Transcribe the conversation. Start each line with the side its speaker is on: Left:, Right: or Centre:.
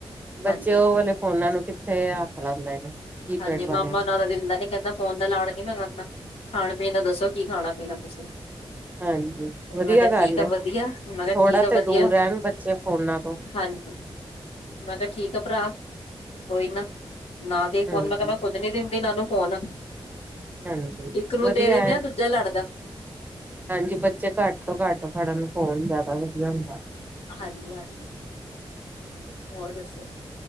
Right: ਬੱਚੇ
Left: ਹਾਂਜੀ
Right: ਉਹ ਵਾਲੇ ਫੋਨਾਂ ਨੂੰ ਕਿੱਥੇ ਹੱਥ ਲਾਉਂਦੇ ਨੇ ਕੀਪੈਡ
Left: ਹਾਂਜੀ
Right: ਵਾਲਿਆਂ
Left: ਮਾਮਾ
Right: ਨੂੰ
Left: ਉਹਨਾਂ ਦਾ ਦਿਲਦਾ ਨੀ ਕਹਿੰਦਾ ਫੋਨ ਦਾ ਲਾੜ ਕੇ ਪ ਕਰਨਾ ਖਾਣ ਪੀਣ ਦਾ ਦੱਸੋ ਕੀ ਖਾਣਾ ਪੀਣਾ ਤੁਸੀਂ
Right: ਹਾਂਜੀ। ਵਧੀਆ
Left: ਮੈਂ ਕਿਹਾ
Right: ਗੱਲ
Left: ਠੀਕ ਆ
Right: ਏ
Left: ਵਧੀਆ ਮੈਂ ਕਿਹਾ
Right: ਥੋੜਾ
Left: ਠੀਕ ਆ
Right: ਤੇ
Left: ਵਧੀਆ
Right: ਦੂਰ ਰਹਿਣ ਬੱਚੇ ਫੋਨਾਂ ਤੋਂ
Left: ਹਾਂਜੀ ਮੈਂ ਕਿਹਾ ਠੀਕ ਆ ਭਰਾ ਕੋਈ ਨਾ ਨਾ ਦੇ
Right: ਹੂੰ,
Left: ਹੁਣ ਮੈਂ ਕਹਿਣਾ ਖੁਦ ਨੀ ਇਹ ਨੂੰ ਫੋਨ
Right: ਹਾਂਜੀ
Left: ਇੱਕ ਨੂੰ
Right: ਵਧੀਆ
Left: ਦੇ ਦਿੰਦੇ
Right: ਹੈ
Left: ਆ ਦੂਜਾ ਲੜਦਾ
Right: ਹਾਂਜੀ ਬੱਚੇ ਘੱਟ ਤੋਂ ਘੱਟ ਫੜਨ ਫੋਨ ਜਿਆਦਾ ਵਧੀਆ ਹੁੰਦਾ
Left: ਹਾਂਜੀ ਹਾਂਜੀ ਹੋਰ ਦੱਸੋ